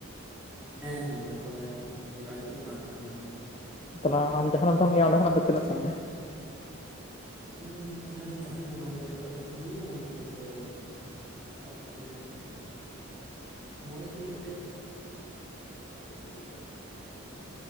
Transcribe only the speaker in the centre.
ᱦᱮᱸ ᱦᱮᱸ ᱵᱟᱠᱩᱲᱟ ᱡᱮᱞᱟ ᱨᱮᱜᱮ ᱯᱟᱲᱟᱜ ᱠᱟᱱᱟ ᱚᱱᱟ ᱫᱚ᱾
ᱤᱧ ᱡᱟᱦᱟᱸ ᱨᱤᱧ ᱛᱟᱦᱮᱸᱱᱟ ᱱᱚᱰᱮ ᱠᱷᱚᱡ ᱫᱚ ᱦᱩᱭᱩᱜᱼᱟ ᱤᱱ ᱠᱟᱹ ᱥᱟᱵ ᱠᱟᱜ ᱢᱮ ᱢᱚᱬᱮ ᱠᱤᱞᱳᱢᱤᱴᱟᱨ᱾